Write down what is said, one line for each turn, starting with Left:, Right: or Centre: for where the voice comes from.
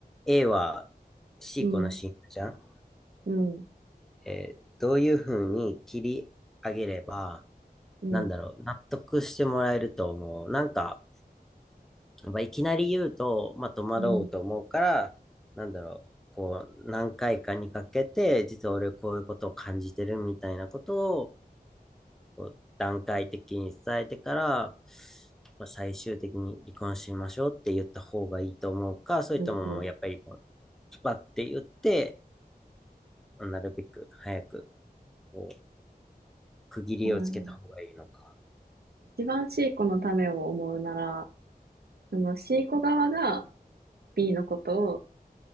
Centre: A は C
Right: うん、
Centre: 子の信者じゃん、
Right: うん、
Centre: えーどういうふうに切り上げれば、
Right: うん、
Centre: なんだろう、納得してもらえると思う。なんか、まあ、いきなり言うと、まあ、戸惑うと思うから、
Right: うん、
Centre: なんだろう、こう、何回かにかけて、実は俺こういうことを感じてるみたいなことを、こう段階的に伝えてから、まあ、最終的に離婚しましょうって言った方がいいと思うか、それとももうやっぱりこう、
Right: うん、うん。
Centre: スパって言って、なるべく早く、こう、区切りをつけた方がいいのか。
Right: うん一番 C 子のためを思うなら、その C 子側が B のことを